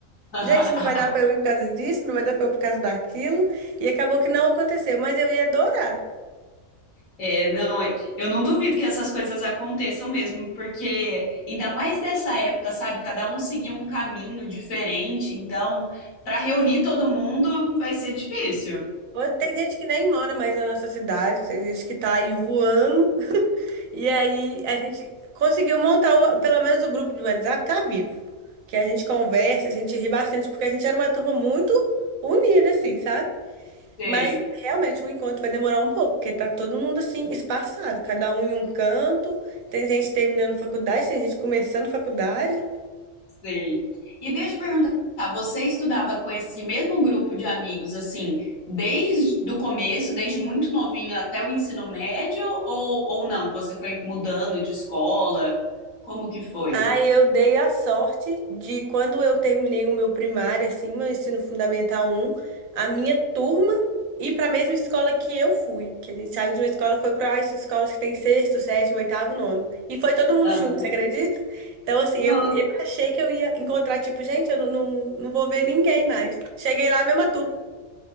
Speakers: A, on the left; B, on the right.
A: <laughs>
B: Gente, não vai dar pra eu ir por causa disso, não vai dar pra eu ir por causa daquilo, e acabou que não aconteceu, mas eu ia adorar.
A: É, não, é, eu não duvido que essas coisas aconteçam mesmo, porque ainda mais dessa época, sabe? Cada um seguia um caminho diferente, então, para reunir todo mundo vai ser difícil.
B: Pode, tem gente que nem mora mais na nossa cidade, tem gente que tá aí voando. <laughs> E aí a gente conseguiu montar o- pelo menos o grupo do WhatsApp tá vivo. Que a gente conversa, a gente ri bastante, porque a gente era uma turma muito unida, assim, sabe?
A: Sei,
B: Mas realmente o encontro vai demorar um pouco, porque tá todo mundo assim, espaçado, cada um em um canto. Tem gente terminando faculdade, tem gente começando faculdade.
A: sei. E deixa eu perguntar, você estudava com esse mesmo grupo de amigos, assim, desde o começo, desde muito novinho até o ensino médio, ou, ou não? Você foi mudando de escola? Como que foi?
B: Ah, eu dei a sorte de quando eu terminei o meu primário, assim, meu ensino fundamental um, a minha turma ir para a mesma escola que eu fui. Que a gente saiu de uma escola e foi para essas escolas que tem sexto, sétimo, oitavo, nono. E foi todo mundo
A: Aham.
B: junto, você acredita? Então, assim,
A: Nossa.
B: eu, eu achei que eu ia encontrar, tipo, gente, eu não, não, não vou ver ninguém mais. Cheguei lá, a mesma turma.